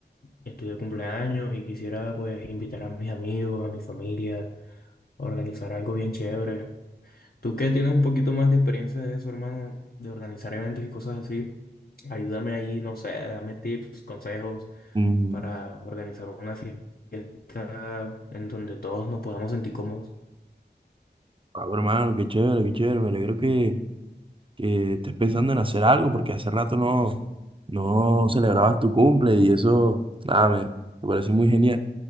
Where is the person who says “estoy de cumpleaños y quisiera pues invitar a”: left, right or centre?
Left